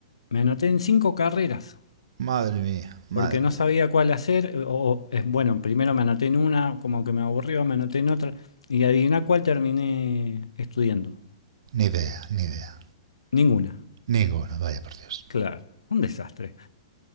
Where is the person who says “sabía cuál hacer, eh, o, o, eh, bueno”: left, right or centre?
Left